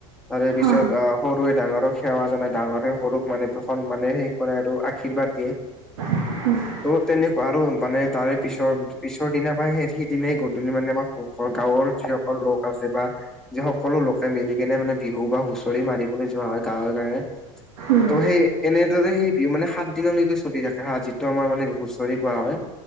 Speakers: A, in the centre; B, on the right.
A: তাৰে পিছত
B: অ
A: আ'হ সৰুৱে ডাঙৰক সেৱা জনায়, ডাঙৰে সৰুক মানে দৰ্শন মানে সেই কৰে আৰু আশীৰ্বাদ দিয়ে।
B: উম।
A: ত' তেনেকুৱা আৰু মানে তাৰে পিছৰ পিছৰদিনা বা সেই সেইদিনাই গধূলি মানে আমাৰ ঘৰৰ গাঁৱৰ যিস কল লোক আছে বা যি সকলো লোকে মিলি কেনে মানে বিহু বা হুঁচৰি মাৰিবলৈ যোৱা হয় গাঁৱে - গাঁৱে।
B: উম
A: ত' সেই এনেদৰে সেই বিহু মানে সাত দিনলৈকে চলি থাকে হা যিটো আমাৰ মানে হুচৰি গোৱা হয়।